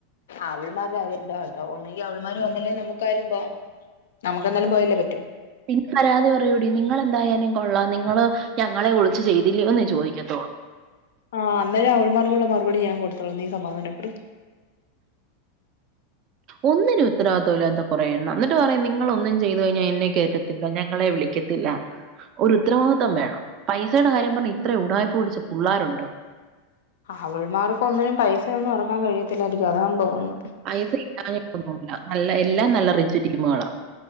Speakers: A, on the left (about 75°); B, on the right (about 45°).
A: അവള്മാരുടെ കാര്യം എന്തൊ ആവട്ടേ ഒന്നെങ്കി അവള്മാര് വന്നില്ലേ നമുക്കായാലും പോവാ നമ്മുക്കെന്താലും പോയല്ലേ പറ്റു
B: പിന്നെ പരാതി പറയോടി നിങ്ങള് എന്തായാലും കൊള്ളാം നിങ്ങള് ഞങ്ങളെ ഒളിച്ച് ചെയ്തില്ല്യോന്ന് ചോയ്ക്കത്തൊള്ളൂ
A: ആഹ് അന്നേരം അവള്മാർക്കുള്ള മറുപടി ഞാൻ കൊടുത്തോളാം നീ സമാധാനപ്പെട്
B: ഒന്നിനും ഉത്തരവാദിത്തല്ലന്ത കൊറേ എണ്ണം എന്നിട്ട് പറയും നിങ്ങളൊന്നും ചെയ്ത് കഴിഞ്ഞ എന്നെ കേറ്റത്തില്ല ഞങ്ങളെ വിളിക്കത്തില്ല ഒരു ഉത്തരവാദിത്തം വേണം പൈസേടെ കാര്യം പറഞ്ഞ് ഇത്രയും ഉടായിപ്പ് പുടിച്ച പുള്ളാരുണ്ടൊ
A: അവള്മാർക്കൊന്നിനും പൈസയൊന്നും എറക്കാൻ കഴിയത്തില്ലായിരിക്കും അതാന്ന് തോന്ന്ന്ന്
B: പൈസ ഇല്ലാഞ്ഞിട്ടൊന്നു അല്ല നല്ല എല്ലാം നല്ല റിച്ച് ടീമേളാ